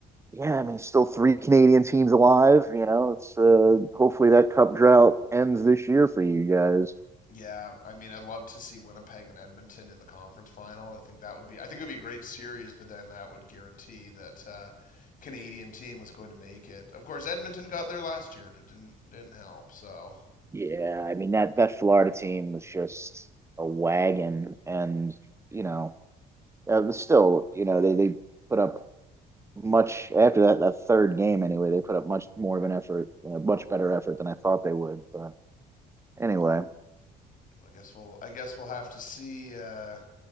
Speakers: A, on the right (about 15°); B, on the left (about 50°).
A: yeah. I mean, still three Canadian teams alive. You know, it's uh, hopefully that cup drought ends this year for you guys.
B: Yeah, I mean, I'd love to see Winnipeg and Edmonton in the conference final. I think that would be, I think it would be a great series, but then that would guarantee that uh, Canadian team was going to make it. Of course, Edmonton got there last year, and it didn't didn't help. So
A: Yeah, I mean that that Florida team was just a wagon, and you know, uh, still, you know, they they put up much after that that third game anyway they put up much more of an effort a much better effort than i thought they would but anyway
B: well, I guess we'll, I guess we'll have to see. Uh,